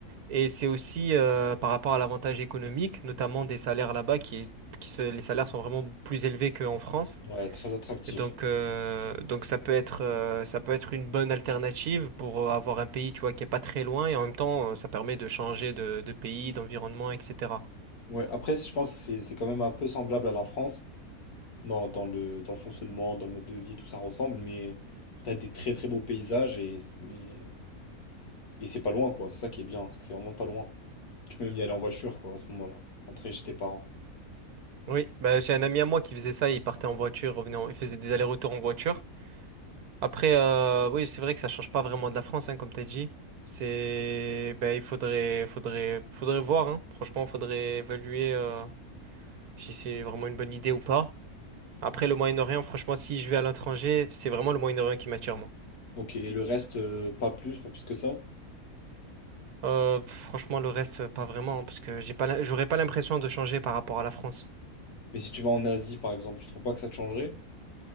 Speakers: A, on the right; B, on the left.
A: Et c'est aussi euh, par rapport à l'avantage économique, notamment des salaires là-bas, qui est, qui se- les salaires sont vraiment plus élevés qu'en France.
B: Ouais, très attractif.
A: Et donc, euh, donc ça peut être, euh, ça peut être une bonne alternative pour euh, avoir un pays, tu vois, qui est pas très loin et en même temps, euh, ça permet de changer de, de pays, d'environnement, etc.
B: Ouais, après, je pense que c'est c'est quand même un peu semblable à la France, dans, dans le, dans le fonctionnement, dans le mode de vie, tout ça ressemble, mais t'as des très très beaux paysages et, mais, et c'est pas loin, quoi. C'est ça qui est bien, c'est que c'est vraiment pas loin. Tu peux même y aller en voiture, quoi, à ce moment-là, rentrer chez tes parents.
A: Oui, bah, j'ai un ami à moi qui faisait ça, il partait en voiture, revenait en- il faisait des allers-retours en voiture. Après, euh, oui, c'est vrai que ça change pas vraiment de la France, hein, comme t'as dit. C'est, ben, il faudrait, faudrait, faudrait voir, hein. Franchement, faudrait évaluer euh, si c'est vraiment une bonne idée ou pas. Après, le Moyen-Orient, franchement, si je vais à l'étranger, c'est vraiment le Moyen-Orient qui m'attire, moi.
B: Ok, et le reste, euh, pas plus, pas plus que ça.
A: Euh, pff, franchement, le reste, pas vraiment, hein, parce que j'ai pas, la- j'aurais pas l'impression de changer par rapport à la France.
B: Mais si tu vas en Asie, par exemple, tu trouves pas que ça te changerait?